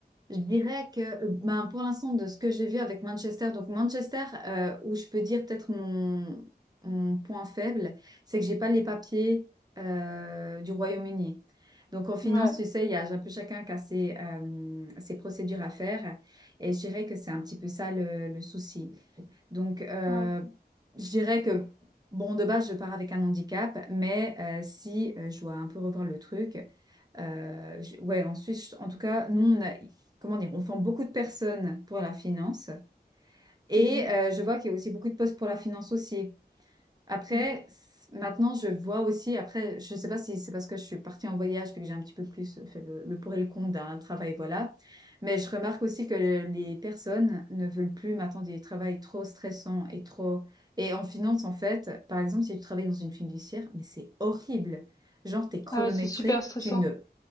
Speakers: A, on the right; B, on the left.
A: je dirais que, euh, ben, pour l'instant, de ce que j'ai vu avec Manchester, donc Manchester, euh, où je peux dire peut-être mon, mon point faible, c'est que j'ai pas les papiers euh, du Royaume-Uni. Donc en finance,
B: Ouais,
A: tu sais, il y a un peu chacun qui a ses, euh, ses procédures à faire. Et je dirais que c'est un petit peu ça le, le souci. Donc, euh,
B: ouais.
A: je dirais que, bon, de base, je pars avec un handicap, mais euh, si euh, je dois un peu revoir le truc, euh, je- ouais, en Suisse, en tout cas, nous, on a, comment dire, on forme beaucoup de personnes pour la finance. Et
B: mhm,
A: euh, je vois qu'il y a aussi beaucoup de postes pour la finance aussi. Après,
B: mhm.
A: c- maintenant, je vois aussi, après, je ne sais pas si c'est parce que je suis partie en voyage puis que j'ai un petit peu plus euh, fait le, le pour et le contre d'un travail, voilà. Mais je remarque aussi que les personnes ne veulent plus maintenant des travails trop stressants et trop... Et en finance, en fait, par exemple, si tu travailles dans une fiduciaire, mais c'est horrible. Genre, t'es chronométré,
B: Ah ouais, c'est super stressant.
A: tu ne...